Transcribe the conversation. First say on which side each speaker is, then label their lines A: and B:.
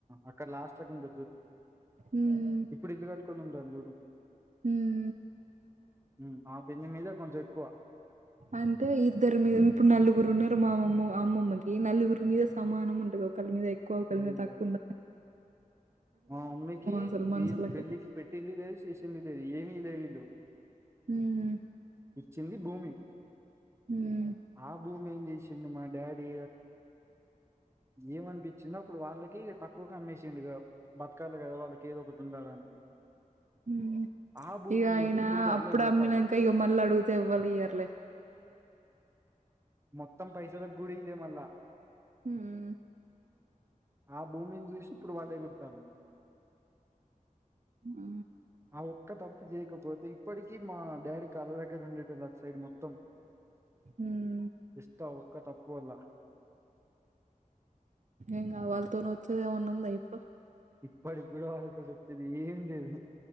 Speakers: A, on the right; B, on the right.
A: అక్కడ లాస్ట్ సెకండ్
B: ఉమ్
A: ఇప్పుడు ఇల్లు కట్టుకోని ఉంటాము చూడు.
B: ఉమ్
A: ఉమ్, ఆ పిన్ని మీద కొంచెం ఎక్కువ.
B: అంటే ఇద్దరు మీద ఇప్పుడు నలుగురు ఉన్నారు మా అమ్మ అమ్మమ్మకి నలుగురి మీద సమానం ఉంటది ఒకళ్ళు మీద ఎ క్కువ ఒక్కలి
A: లేదు
B: మీద తగ్గకుండా
A: లేదు మా మమ్మీకి
B: అసలు మనుషులకి.
A: వీళ్ళు పెళ్ళికి పెట్టింది లేదు చేసింది లేదు, ఏమియ్యలేదు వీళ్ళు.
B: ఉమ్
A: ఇచ్చింది భూమి,
B: హ్మ్
A: ఆ భూమి ఏం చేసిండు మా డాడీ ఏమనిపించిందో అప్పుడు వాళ్ళకి తక్కువకు అమ్మేసిండు ఇగ, బతకాలి కదా వాళ్ళకి ఏదో ఒకటి ఉండాలని.
B: ఉమ్
A: ఆ భూమిని
B: ఇక అయన
A: చూసి ఇప్పుడు వాళ్ళే
B: అప్పుడు
A: ఎగురుతాలు
B: అమ్మినంక ఇగ మళ్ళ అడుగు తెవ్వలియ్యరులే
A: మొత్తం పైసలకి గూడా ఇయ్యలేదు మళ్ళా
B: హుమ్
A: ఆ భూమిని చూసి ఇప్పుడు వాళ్ళు ఎగురుతాండు
B: ఆ
A: ఆ ఒక్క తప్పు చేయకపోతే, ఇప్పటికీ మా డాడీ కాళ్లదగ్గర ఉండేటోళ్ళు అటుసైడు మొత్తం.
B: ఉమ్
A: జస్ట్ ఆ ఒక్క తప్పు వల్ల
B: ఇంకా వాళ్ళతోన వచ్చేదేమన్నా ఉందా ఇప్పుడు?
A: ఇప్పటికి కూడా వాళ్ళతోటి వచ్చేది ఏమిలేదు.